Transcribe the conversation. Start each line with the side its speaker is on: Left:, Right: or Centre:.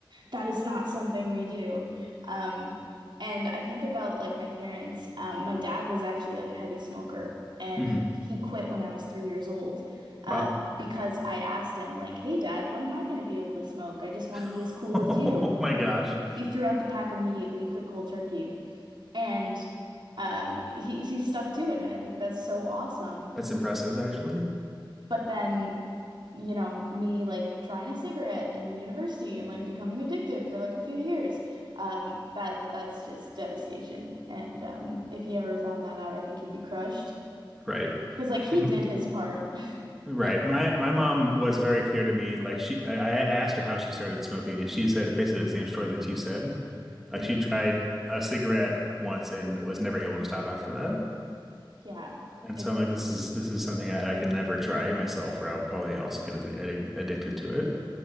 Right: that is not something we do. Um, and I think about like my parents. Um, my dad was actually like a heavy smoker, and
Centre: Mhm.
Right: he he quit when I was three years old, uh,
Centre: Wow.
Right: because I asked him like, "Hey, Dad, when am I going to be able to smoke? I just
Centre: <laughs>
Right: want to be as cool
Centre: Oh
Right: as you."
Centre: my gosh.
Right: He threw out the pack immediately, quit cold turkey, and um, he he stuck to it, and I think that's so awesome.
Centre: That's impressive, actually.
Right: But then, you know, me like trying a cigarette in university and like becoming addicted for like a few years. Um, that that's just devastation. And um, if he ever found that out, I think he'd be crushed.
Centre: Right.
Right: Because like he
Centre: Um,
Right: did his part. <laughs>
Centre: Right.
Right: But
Centre: My my mom was very clear to me. Like she, I, I asked her how she started smoking, and she said basically the same story that you said. Like
Right: mm,
Centre: she tried a cigarette once and was never able to stop after that.
Right: yeah.
Centre: And
Right: it
Centre: so I'm like, this is this is something that I can never try myself, or I'll probably also get ad ad- addicted to it.